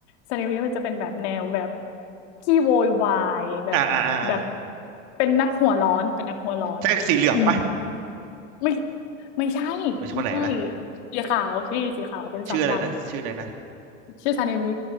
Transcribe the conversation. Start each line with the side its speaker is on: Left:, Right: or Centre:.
Left: ซานิมิมันจะเป็นแบบแนวแบบขี้โวยวายแบบแบบ
Right: อ่าอ่าอ่าอ่า
Left: เป็นนักหัวร้อนเป็นนักหัวร้อนอืม
Right: ใช่สีเหลืองปะ
Left: ไม่ไม่ใช่ไม่ใช่
Right: เป็นชคนไหนนะ
Left: สีขาวพี่สีขาวเป็นเสาหลัก
Right: ชื่ออะไรนะชื่ออะไรนะ
Left: ชื่อซานิมิ